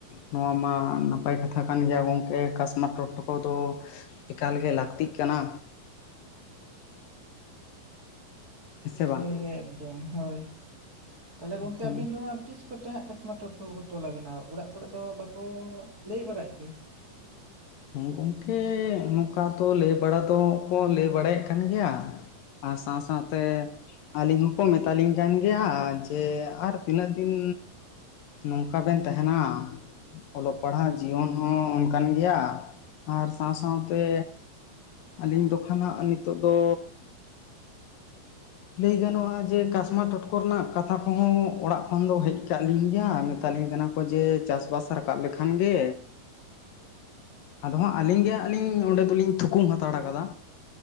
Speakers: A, on the left; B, on the right.
A: ᱱᱚᱣᱟ ᱢᱟ ᱱᱟᱯᱟᱭ ᱠᱟᱛᱷᱟ ᱠᱟᱱ ᱜᱮᱭᱟ ᱜᱚᱝᱠᱮ ᱠᱟᱥᱢᱟᱨ ᱴᱚᱴᱠᱚ ᱫᱚ, ᱮᱠᱟᱞᱜᱮ ᱞᱟᱹᱠᱛᱤᱜ ᱠᱟᱱᱟ᱾ ᱥᱮ ᱵᱟᱝ
B: ᱦᱮᱸ ᱦᱮᱸ ᱮᱠᱫᱚᱢ ᱦᱳᱭ ᱛᱟᱦᱞᱮ ᱜᱚᱝᱠᱮ
A: ᱮᱠᱫᱚᱢ
B: ᱟᱹᱵᱤᱱ ᱫᱚ ᱦᱟᱸᱜ ᱛᱤᱥ ᱠᱚᱛᱮ ᱦᱟᱸᱜ ᱠᱟᱥᱢᱟᱨ ᱴᱚᱴᱠᱚ ᱠᱚ ᱛᱚᱞ ᱟᱵᱤᱱᱟ ᱩᱲᱟᱜ ᱠᱚᱨᱮ ᱫᱚ ᱵᱟᱠᱚ ᱞᱟᱹᱭ ᱵᱟᱲᱟᱭᱮᱫ ᱛᱮ?
A: ᱦᱮᱸ ᱜᱚᱝᱠᱮ ᱱᱚᱝᱠᱟ ᱛᱚ ᱞᱟᱹᱭ ᱵᱟᱲᱟ ᱫᱚ ᱠᱚ ᱞᱟᱹᱭ ᱵᱟᱲᱟᱭᱮᱫ ᱠᱟᱱ ᱜᱮᱭᱟ, ᱟᱨ ᱥᱟᱶ ᱥᱟᱶᱛᱮ ᱟᱹᱞᱤᱧ ᱦᱚᱸᱠᱚ ᱢᱮᱛᱟᱞᱤᱧ ᱠᱟᱱ ᱜᱮᱭᱟ ᱡᱮ ᱟᱨ ᱛᱤᱱᱟᱹᱜ ᱫᱤᱱ ᱱᱚᱝᱠᱟ ᱵᱮᱱ ᱛᱟᱦᱮᱸᱱᱟ ᱚᱞᱚᱜ ᱯᱟᱲᱦᱟᱜ ᱡᱤᱭᱚᱱ ᱦᱚᱸ ᱚᱱᱠᱟᱱ ᱜᱮᱭᱟ, ᱟᱨ ᱥᱟᱶ ᱥᱟᱶᱛᱮ ᱟᱹᱞᱤᱧ ᱫᱚ ᱠᱷᱟᱱ ᱦᱟᱸᱜ ᱱᱤᱛᱚᱜ ᱫᱚ
B: <inaudible>
A: ᱞᱟᱹᱭ ᱜᱟᱱᱚᱜ-ᱟ ᱡᱮ ᱠᱟᱥᱢᱟᱨ ᱴᱚᱴᱠᱚ ᱨᱮᱱᱟᱜ ᱠᱟᱛᱷᱟ ᱠᱚᱦᱚᱸ ᱚᱲᱟᱜ ᱠᱷᱚᱱ ᱫᱚ ᱦᱮᱡ ᱠᱟᱜ ᱞᱤᱧ ᱜᱮᱭᱟ, ᱢᱮᱛᱟᱞᱤᱧ ᱠᱟᱱᱟ ᱠᱚ ᱡᱮ ᱪᱟᱥ ᱵᱟᱥ ᱨᱟᱠᱟᱵ ᱞᱮᱠᱷᱟᱱ ᱜᱮ ᱟᱫᱚ ᱦᱟᱸᱜ ᱟᱹᱞᱤᱧ ᱜᱮ ᱦᱟᱸᱜ ᱞᱤᱧ ᱚᱸᱰᱮ ᱫᱚᱞᱤᱧ ᱛᱷᱩᱠᱩᱢ ᱦᱟᱛᱟᱲ ᱟᱠᱟᱫᱟ᱾